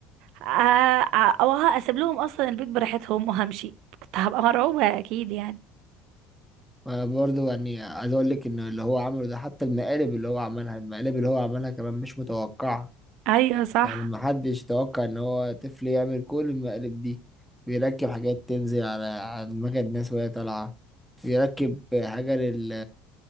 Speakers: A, on the right; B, in the centre.
A: ع- ع- او هسيب لهم اصلا البيت براحتهم وهمشي كنت هبقى مرعوبه اكيد يعني
B: وانا برضو يعني عايز اقول لك ان اللي هو عمله ده حتى المقالب اللي هو عملها المقالب اللي هو عملها كمان مش متوقعة
A: ايوه صح
B: يعني محدش يتوقع ان هو طفل يعمل كل المقالب دي بيركب حاجات تنزل على على دماغ الناس وهي طالعة بيركب حاجة لل